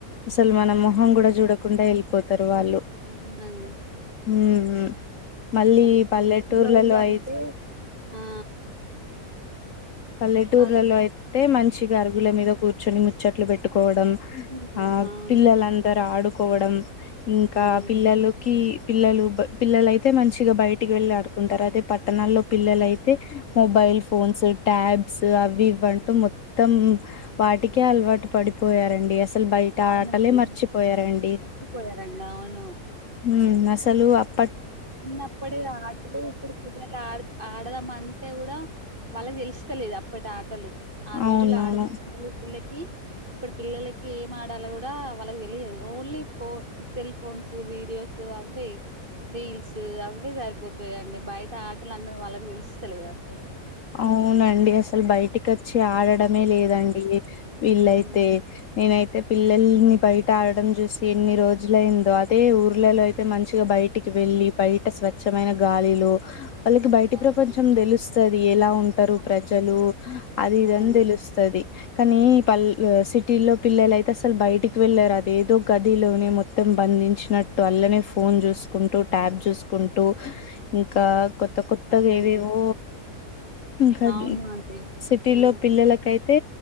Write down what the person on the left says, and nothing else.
అసలు మన మొహం కూడా చూడకుండా వెళ్ళిపోత్ తరు వళ్ళు
ఉహు మళ్ళీ
పల్లెటూర్లలో
అయి
పల్లెటూర్లలో
అయితే మంచి గ అరుగుల మీద కూర్చొని ముచ్చట్లు పెట్టుకోవడం
ఆ
పిల్లలందర ఆడుకోవడం ఇంకా
పిల్లకి పిల్లలు బ పిల్లలయితే మంచిగా బయటికి వెళ్లి ఆడుకుంటారు అదే పట్టణాల్లో పిల్లలయితే మొబైల్ ఎల్ ఫోన్స్ ట్యాబ్స్ అవి ఇవి అంటూ మొత్తం వాటికే అలవాటు పడిపోయారండి అస్ అసలు బయట
ఆటలే మర్చిపోయారండి
ఉ అసలు అప్
అవునవును
అవునండి అసలు బయటికి వచ్చి ఆడడమే లేదండి విల్
అయితే నేనైతే పిల్లల్ని బయట ఆడడం చూసి ఎన్ని రోజులైందో అదే ఊర్లలో అయితే మంచిగా బయటికి వెళ్ లి బయట స్వమైన గాలిలు వాళ్ళకి బయటి
ప్రపంచం తెలుస్ ఎలా ఉంటారు
ప్రజలు అది ఇది
అని తెలుస్తుంది కానీ పల్ ఆ సిట్ టిల్లో పిల్లల అయితే అసలు బయటికి వెళ్లారు అది ఏదో గదిలోనే మొత్తం బంధించినట్టు అల్లనే ఫోన్ ఫోన్ చూసుకుంటూ ట్యాబ్ చూసుకుంటూ ఇంకా కొత్త కొత్తగా
ఏవేవో ఇంకా అన్
సిటీ
లో పిల్లలకైతే